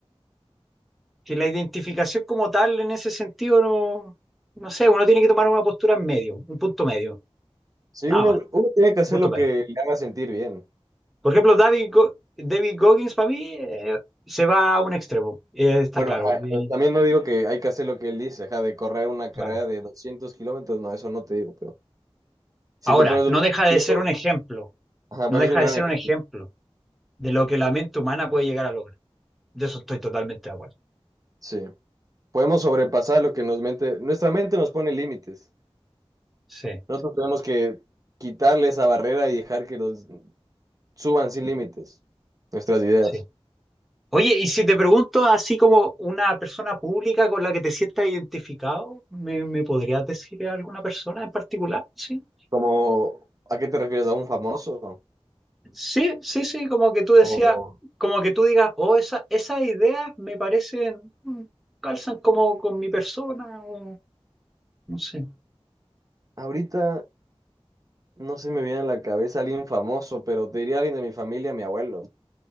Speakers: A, in the centre; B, on the right (about 35°).
A: que la identificación como tal en ese sentido no, no sé, uno tiene que tomar una postura en medio, un punto medio,
B: Sí,
A: nada
B: uno,
A: más,
B: uno tiene que hacer
A: un punto
B: lo
A: medio.
B: que le haga sentir bien.
A: Por ejemplo, David, Go- David Goggins para mí eh, se va a un extremo, eh, está
B: Bueno,
A: claro.
B: ajá,
A: y-
B: eh, también no digo que hay que hacer lo que él dice, ajá, de correr una
A: claro.
B: carrera de 200 kilómetros, no, eso no te digo, pero... Si
A: Ahora,
B: te pones
A: no
B: un
A: deja
B: objetivo,
A: de ser un ejemplo,
B: ajá,
A: no
B: pero
A: deja
B: es un gran
A: de ser
B: ejemplo.
A: un ejemplo de lo que la mente humana puede llegar a lograr. De eso estoy totalmente de acuerdo.
B: Sí. Podemos sobrepasar lo que nos mente, nuestra mente nos pone límites.
A: Sí,
B: Nosotros tenemos que quitarle esa barrera y dejar que los suban sin límites nuestras ideas.
A: sí. Oye, y si te pregunto así como una persona pública con la que te sientas identificado, ¿me, me podrías decir a alguna persona en particular? Sí,
B: Como, ¿a qué te refieres? ¿A un famoso?
A: sí, sí, sí, como que tú decías,
B: O
A: como que tú digas, oh, esa, esas ideas me parecen, mm, calzan como con mi persona, o no sé.
B: ahorita no se me viene a la cabeza alguien famoso, pero te diría alguien de mi familia, mi abuelo.